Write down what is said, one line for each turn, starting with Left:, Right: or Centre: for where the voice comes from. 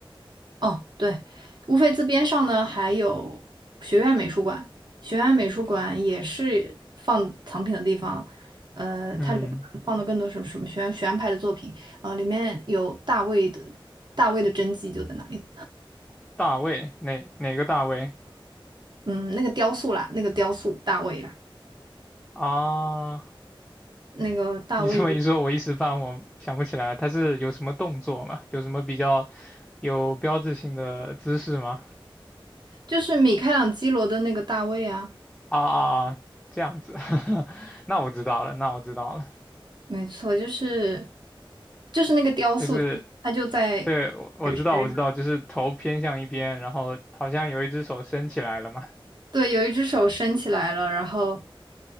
Right: 哦，对，乌菲兹边上呢还有学院美术馆，学院美术馆也是放藏品的地方，呃，
Centre: 嗯，
Right: 它里面放的更多是什么学院学院派的作品，啊，里面有大卫的大卫的真迹就在那里。
Centre: 大卫，哪哪个大卫？
Right: 嗯，那个雕塑啦，那个雕塑大卫啦，
Centre: 啊，
Right: 那个大卫
Centre: 你这么一说，我一时半会想不起来，他是有什么动作吗？有什么比较有标志性的姿势吗？
Right: 就是米开朗基罗的那个大卫啊，
Centre: 啊啊啊，这样子，<laughs> 那我知道了，那我知道了，
Right: 没错，就是就是那个雕塑，
Centre: 就是
Right: 他就在水学院
Centre: 对，我我知道我知道，就是头偏向一边，然后好像有一只手伸起来了嘛。
Right: 对，有一只手伸起来了，然后